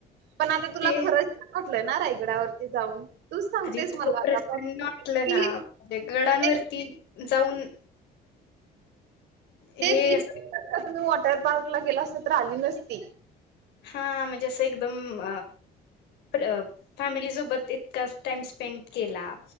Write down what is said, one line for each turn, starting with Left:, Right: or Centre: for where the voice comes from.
Right: पण आता तुला
Left: ते
Right: खर <unintelligible> ना रायगडावरती जाऊन तूच सांगतेस
Left: आर इतकं
Right: मला
Left: प्रसन्न
Right: आता बघ
Left: वाटल
Right: की
Left: ना गडांवरती
Right: ते
Left: जाऊन हे
Right: तेच <unintelligible>
Left: असं
Right: वॉटर पार्क ला गेला असता तर आली नसती.
Left: हा म्हणजे असं एकदम प्र फॅमिली सोबत इतका टाइम स्पेंड केला.